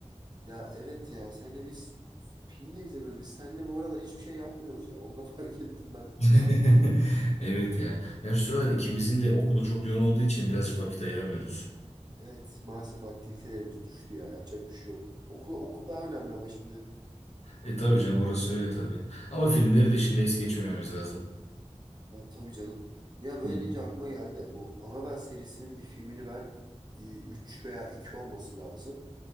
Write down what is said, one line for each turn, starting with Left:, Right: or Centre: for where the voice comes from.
Right: Ya evet ya senle biz film de izlemiyoruz. Biz seninle bu aralar hiçbir şey yapmıyoruz ya. Onu da <laughs> fark ettim ben.
Left: <laughs> Evet ya. Ya şu sıralar ikimizin de okulu çok yoğun olduğu için birazcık vakit ayıramıyoruz.
Right: Evet maalesef aktivitelerimiz düştü ya. Yapacak bir şey yok. Okul, okul daha önemli ama şimdi.
Left: E tabii canım orası öyle tabii. Ama filmleri de şimdi es geçmememiz lazım.
Right: Ya tabii canım. Ya böyle
Left: Hı hı.
Right: deyince aklıma geldi de bu Annabelle serisinin bir filmini ben e, 3 veya 2 olması lazım.